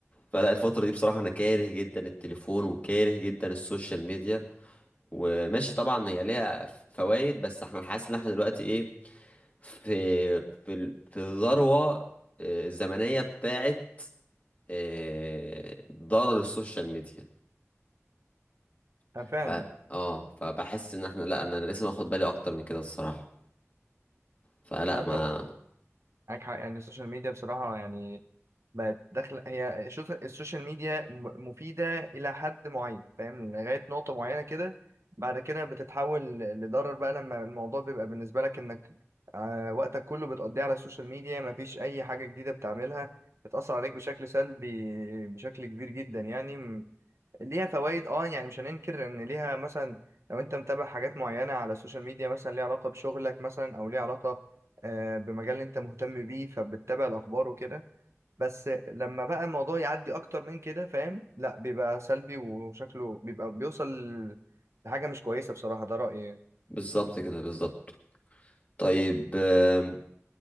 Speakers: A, on the left; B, on the right.
A: فلا الفترة دي بصراحة انا كاره جدا التليفون وكاره جدا السوشيال ميديا وماشي طبعا هي ليها فوائد بس احنا حاسس ان احنا دلوقتي ايه في في ال- في الذروة آه، الزمنية بتاعت آه، ضرر السوشيال ميديا
B: أنا فعلا
A: ف اه فبحس ان احنا لا انا لسه ماخد بالي اكتر من كده الصراحة فلا
B: أه أنت
A: ما
B: معاك حق يعني السوشيال ميديا بصراحة يعني بقت داخلة هي الشوت- السوشيال ميديا م- مفيدة إلى حد معين فاهم لغاية نقطة معينة كده بعد كده بتتحول ل- لضرر بقى لما الموضوع بيبقى بالنسبة لك إنك آه، وقتك كله بتقضيه على السوشيال ميديا مفيش أي حاجة جديدة بتعملها بتأثر عليك بشكل سلبي بشكل كبير جدا يعني ليها فوائد اه يعني مش هننكر ان ليها مثلا لو انت متابع حاجات معينه على السوشيال ميديا مثلا ليها علاقه بشغلك مثلا او ليها علاقه آه، بمجال انت مهتم بيه فبتتابع الاخبار وكده بس لما بقى الموضوع يعدي اكتر من كده فاهم لا بيبقى سلبي وشكله بيبقى بيوصل لحاجه مش كويسه بصراحه ده رايي يعني
A: بالظبط كده بالظبط طيب آم،